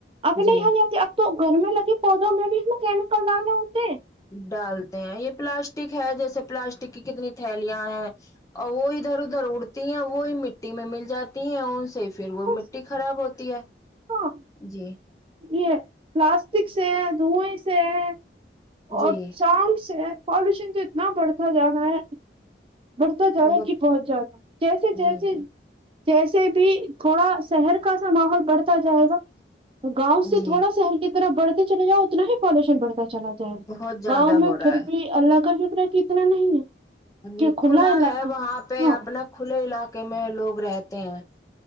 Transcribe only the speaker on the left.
جی
ڈالتے ہیں یہ پلاسٹک ہے جیسے پلاسٹک کی کتنی تھیلیاں ہیں اور وہ ادھر ادھر در اڑتی ہیں وہی مٹی میں مل جاتی ہیں ان سے پھر وہ
مٹی خراب ہوتی ہے
جی
جی
بہت
جی جی
جی
بہت زیادہ
ہو رہا
جی
کھلا
ہے وہاں پہ
اپنا کھلے علاقے میں لوگ رہتے ہیں